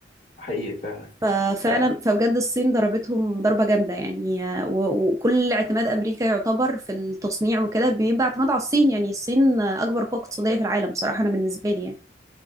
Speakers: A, on the left; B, on the right.
A: حقيقي فعلا
B: ففعلا
A: ف...
B: فبجد الصين ضربتهم ضربة جامدة يعني آه، و- وكل اعتماد أمريكا يعتبر في التصنيع وكده بيبقى اعتماد على الصين يعني الصين آه، أكبر قوة اقتصادية في العالم صراحة أنا بالنسبة لي يعني